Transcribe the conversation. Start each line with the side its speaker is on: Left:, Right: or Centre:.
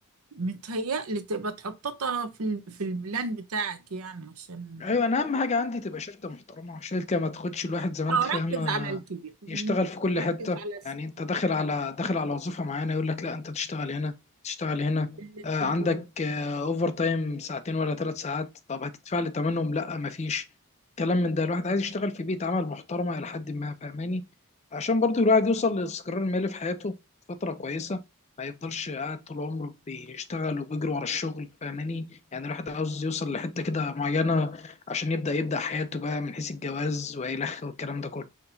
Right: متهيألي تبقى تحططها في ال- في البلان بتاعك يعني عشان
Left: ايوه انا اهم حاجه عندي تبقى شركه محترمه شركه ما تاخدش الواحد زي ما انت
Right: اه
Left: فاهمه
Right: ركز على الكبير
Left: يشتغل في كل
Right: ركز
Left: حته
Right: على الس-
Left: يعني انت داخل على داخل على وظيفه معينه يقول لك لا انت تشتغل هنا تشتغل هنا
Right: اللي
Left: آه
Right: اللي-
Left: عندك آه اوفر تايم ساعتين ولا ثلاث ساعات طب هتدفع لي ثمنهم لا ما فيش كلام من ده الواحد عايز يشتغل في بيئه عمل محترمه الى حد ما فاهماني عشان برضو الواحد يوصل للاستقرار المالي في حياته فتره كويسه ما يفضلش قاعد طول عمره بيشتغل وبيجري ورا الشغل فاهماني يعني الواحد عاوز يوصل لحته كده معينه عشان يبدأ يبدأ حياته بقى من حيث الجواز والخ والكلام ده كله